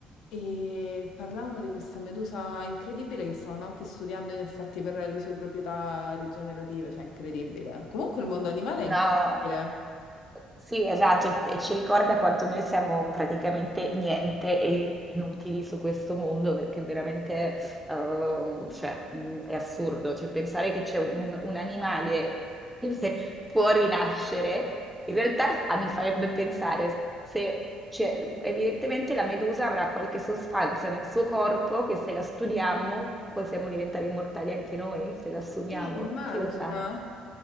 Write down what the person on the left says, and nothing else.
e parlavano di questa medusa incredibile che stavano anche studiando in effetti per le sue proprietà rigenerative, cioè incredibile. Comunque il mondo animale è incredibile.
Sì, immagina.